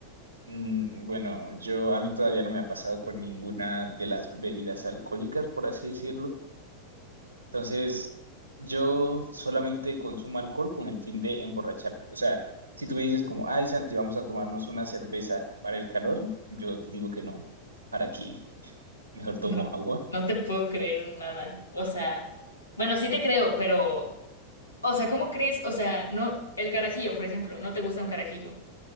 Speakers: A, on the right (about 75°); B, on the left (about 80°).
A: Mm, Bueno, yo a mí todavía no me ha pasado con ninguna de las bebidas alcohólicas, por así decirlo. Entonces, yo solamente consumo alcohol con el fin de emborracharme. O sea, si tú me dices como, ay, Santi, vamos a tomarnos una cerveza para el calor, yo te digo que no. ¿Para qué? <laughs> Mejor tomo
B: No,
A: agua.
B: no te puedo creer nada. O sea, bueno, sí te creo, pero... O sea, ¿cómo crees? O sea, no, el carajillo, por ejemplo, no te gusta un carajillo.